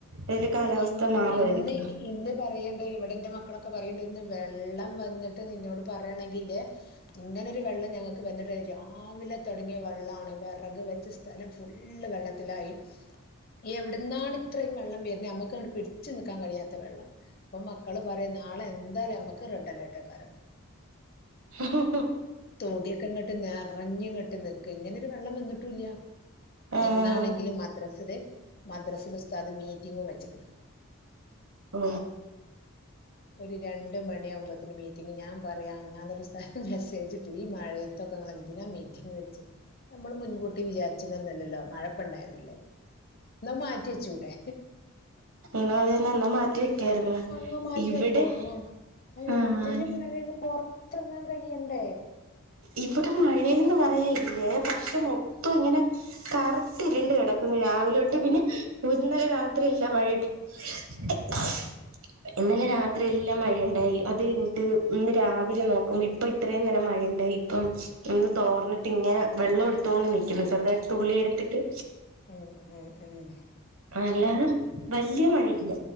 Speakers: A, on the right; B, on the left.
A: അതില് കാലാവസ്ഥ
B: ഇ
A: മാറുവായിരിക്കും
B: ഇന്ന് ഇന്ന് പറയെണ്ട് ഇവിടെ ഇന്റെ മക്കളൊക്കെ പറയണ്ട് ഇന്ന് വെള്ളം വന്നിട്ട് നിന്നോട് പറയാണെങ്കില്ലെ ഇങ്ങനൊരു വെള്ളം ഞങ്ങക്ക് വന്നിട്ട് രാവിലെ തൊടങ്ങിയ വെള്ളാണ് വെറക് വെച്ച സ്ഥ സ്ഥലം ഫുള്ള് വെള്ളത്തിലായി എവിടുന്നാണ് ഇത്രയും വെള്ളം വെരു ഞമ്മുക്കങ്ങട്ട് പിടിച്ച് നിക്കാൻ കഴിയാത്ത വെള്ളം അപ്പം മക്കള് പറയാ നാളെ എന്തായാലും ഞമ്മുക്ക് റെഡ് അലർട്ടായെക്കാരം
A: <inaudible>
B: തൊടിയൊക്കെ ഇങ്ങോട്ട് നെറഞ്ഞിങ്ങോട്ട് നിക്കാ ഇങ്ങനൊരു വെള്ളം വന്നിട്ടൂല്ല
A: ആഹ്
B: ഇന്നാണെങ്കില് മദ്രാസില് മദ്രാസിൽ ഉസ്താദ് മീറ്റിങ്ങും വെച്ച്ക്ക്ണ്
A: ഓ
B: ഒരു രണ്ട് മണിയാവുമ്പോത്തിനും മീറ്റിംഗ് ഞാൻ പറയാ ഞാന്നിട്ട് ഉസ്താദിന് മെസ്സേജിട്ട് ഈ മഴയെ ത്തൊക്കെങ്ങള് എന്തിനാ മീറ്റിംഗെച്ചെ നമ്മൾ മുൻകൂട്ടി വിചാരിച്ചിരുന്നല്ലല്ലോ മഴപ്പണ്ടായതല്ലേ എന്നാ മാറ്റിച്ചൂടെ
A: ഉം ഇന്ന്തെ നല്ല മാറ്റി വെക്കായിരുന്നു
B: അങ്ങ മാറ്റി
A: ഇവിടെ
B: വെക്കുമോ ആ
A: ആഹ്
B: എന്തൊരു മഴയാണ് പൊറത്തിങ്ങാൻ കയ്യണ്ടേ
A: ഇവിടെ മഴയെന്ന് പറയാൻ ഇല്ലെ പക്ഷേ മൊത്തം ഇങ്ങനെ കറുത്തിരുണ്ട് കിടക്കുന്നു രാവിലൊട്ട് പിന്നെ ഇന്നലെ രാത്രി ഇല്ല മഴ <inaudible> ഇന്നലെ രാത്രിയെല്ലാം മഴയുണ്ടായി അത് കഴിഞ്ഞിട്ട് ഇന്ന് രാവിലെ നോക്കുമ്പോ ഇപ്പൊ ഇത്രയും നേരം മഴയുണ്ടായി അപ്പം ഇന്ന് തോർന്നിട്ട് ഇങ്ങനെ വെള്ളം എടുത്തൊണ്ട് നിക്കുന്ന് ചെറുതായിട്ട് തുള്ളി എടുത്തിട്ട്
B: ഏഹ് ഏഹ് ഏഹ്
A: ആ അല്ലാതെ വല്യ മഴയില്ല